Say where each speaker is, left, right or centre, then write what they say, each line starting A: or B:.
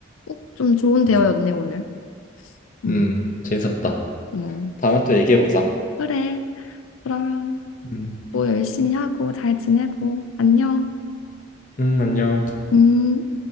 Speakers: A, on the left; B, on the left.
A: 어? 좀 좋은 대화였네
B: 맞아.
A: 오늘. 음,
B: 음, 재밌었다.
A: 음.
B: 다음에 또 얘기해보자.
A: 그래. 그러면
B: 음,
A: 뭐 열심히 하고 잘 지내고 안녕.
B: 음, 안녕.
A: 음.